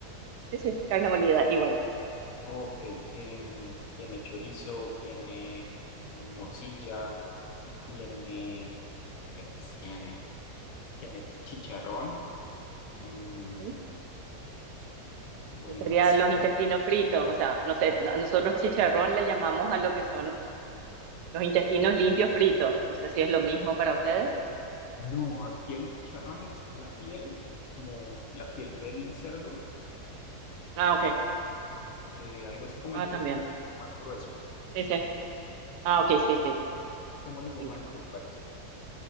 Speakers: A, on the right; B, on the left.
A: sí, sí, carne molida, igual.
B: Ok, em, tiene chorizo, tiene morcilla, tiene, ¿qué más tiene? Tiene chicharrón, em,
A: Ujú.
B: bueno,
A: Serían
B: y más cosas.
A: los intestinos fritos, o sea, no sé, no- nosotros chicharrón le llamamos a lo que son los intestinos limpios fritos. No sé si es lo mismo para ustedes.
B: No, aquí el chicharrón es la piel, como la piel del cerdo,
A: Ah, ok.
B: eh, algo así como
A: Ah,
B: el tocino,
A: también.
B: pero más grueso.
A: Sí, sí. Ah, ok, sí,
B: ¿Cómo, cómo le llaman
A: sí.
B: en tu país?